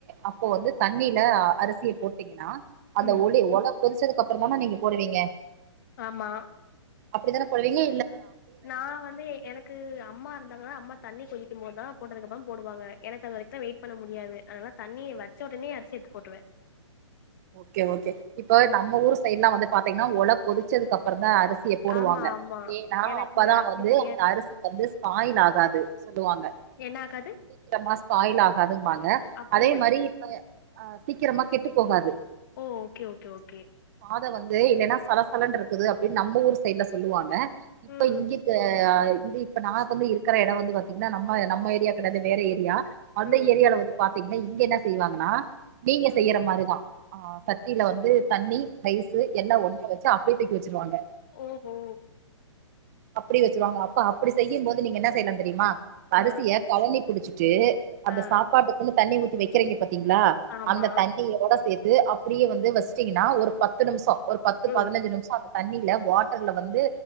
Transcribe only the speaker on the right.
அப்போ வந்து தண்ணில அரிசிய போட்டீங்கன்னா அந்த
ஒலி ஒல கொதிச்சதுக் க்கப்றந்தான நீங்க போடுவீங்க
அப்டித்தான போடுவிங்க
ஓகே ஓகே இப்ப நம்ம ஊரு சைட்லா வந்து பாத்தீங்ன்னா ஒலக் கொதிச்சதுக்கப்பறந்தா அரு சிய போடுவாங்க
ஏனா
அப்பதா
வந்து
அந்த அரிசி வந்து ஸ்பாய்ல் ஆ காது சொல்லுவாங்க
சீக்கிரமா ஸாபாயில் ஆ காதும்பா க
அதே மாரி இப்ப ஆ, சீக்கிரமா கெட்டு போகாது
த வந்து இல்லேனா சலசலன்ட்ருக்குது அப்டின் நம்ம ஊரு சைட்லே சொல்லுவாங்கே ப்ப
இங்கிக்கு ஆ ந்து இப்ப நா வந்து இருக்கற எடோ வந்து பாத்தீங்னா நம்ம நம்ம ஏரியா கெடாது வேற ஏரியா அந்த
ஏரியால வந்து பாத்தீங்னா இங்கே என்னா செய்வாங்கனா நீங்க
செய்யற மாரிதா ஆ சட்டீலே வந்து தண்ணீ ரைஸ்சு எல்லா ஒண்ணா வ ச்சி அப்டே தூக்கி வெச்சுருவாங்க
அப்டி வெச்சுருவாங்கே அப்ப அப்டி செய்யின் போது நீங்கே என்னா செய்னுன் தெரியுமா
அரிசியே கழனி புடிச்சிட்டு அந்த
சாப்பாட்டுக்குன்னு தண்ணீ ஊத்தி வெக்கிறிங்க பாத் திங்ளா
அந்த தண்ணீயோட சேத் ப்டியே வந்து வஸ்டீங்கனா ஒரு பத்து நிம்ஷோ ஒரு பத்து
பதினஞ்சு நிம்ஷொ அது தண்ணீலே வாட்டர்லே வந்து